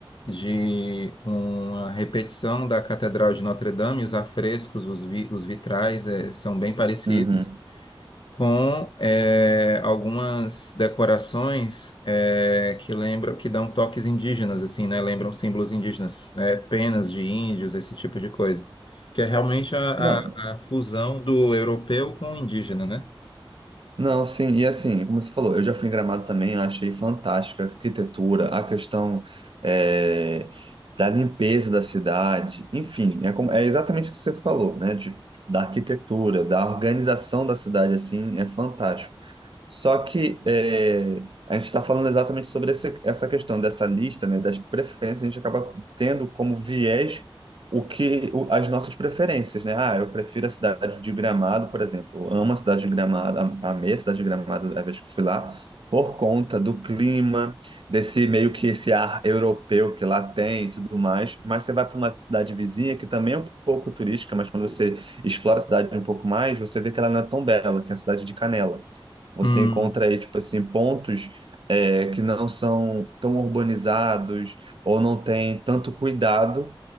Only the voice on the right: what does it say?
uhum.
Não,
Não, sim, e assim, como você falou, eu já fui em Gramado também, achei fantástica a arquitetura, a questão eh, da limpeza da cidade, enfim, é, como- é exatamente o que você falou, né? De, da arquitetura, da organização da cidade, assim, é fantástico. Só que é, a gente está falando exatamente sobre esse- essa questão dessa lista, né, das preferências, a gente acaba tendo como viés o que o- as nossas preferências, né? Ah, eu prefiro a cidade de Gramado, por exemplo. Eu amo a cidade de Gramado, am- amei a cidade de Gramado a vez que fui lá, por conta do clima, desse meio que esse ar europeu que lá tem e tudo mais. Mas você vai para uma cidade vizinha que também é um pouco turística, mas quando você explora a cidade um pouco mais, você vê que ela não é tão bela, que é a cidade de Canela. Você
encontra aí, tipo assim, pontos é, que não são tão urbanizados ou não tem tanto cuidado,